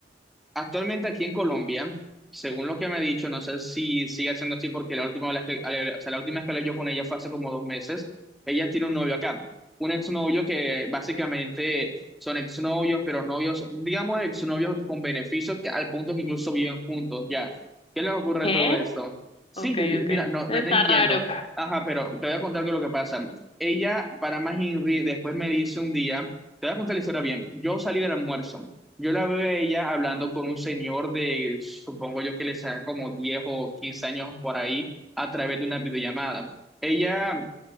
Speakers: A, in the centre; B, on the left.
A: Actualmente aquí en Colombia, según lo que me ha dicho, no sé si sigue siendo así porque la última vez que, o sea, la última vez que hablé yo con ella fue hace como dos meses, ella tiene un novio acá, un exnovio que básicamente son exnovios, pero novios, digamos exnovios con beneficios que- al punto que incluso viven juntos ya. ¿Qué les ocurre
B: ¿Qué?
A: de todo esto? Sí,
B: Ok,
A: yo, yo-
B: ok.
A: mira, no,
B: Está
A: no, no entiendo.
B: raro.
A: Ajá, pero te voy a contar qué es lo que pasa. Ella, para más Henry, después me dice un día, te voy a contar la historia bien, yo salí del almuerzo. Yo la veo a ella hablando con un señor de, supongo yo que le saca como 10 o 15 años por ahí, a través de una videollamada. Ella